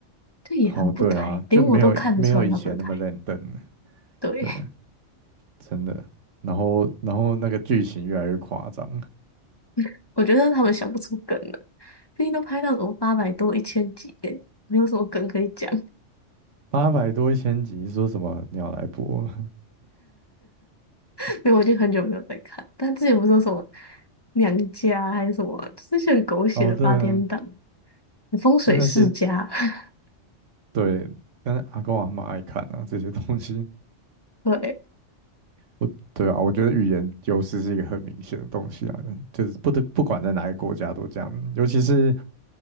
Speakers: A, on the left (about 25°); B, on the right (about 80°).
A: 这也很不台，
B: 好，对啊，
A: 连我都看得出来它不是台。
B: 就没有没有以前那么认真了，
A: 对，
B: 对，真的。然后然后那个剧情越来越夸张，
A: <laughs> 我觉得他们想不出梗了，毕竟都拍到什么八百多、一千集耶，没有什么梗可以讲。
B: 八百多一千集，说什么鸟来播？
A: <laughs> 因为我已经很久没有在看，但之前不是说什么娘家啊还是什么，就是一些很狗血的八点档，
B: <laughs> 哦，对啊，
A: 风水世家。
B: 那那些
A: <laughs>
B: 对，但是阿公阿嬷爱看啊，这些东西，
A: 对，
B: 我对啊，我觉得语言优势是一个很明显的东西啊，就是不得不管在哪个国家都这样，尤其是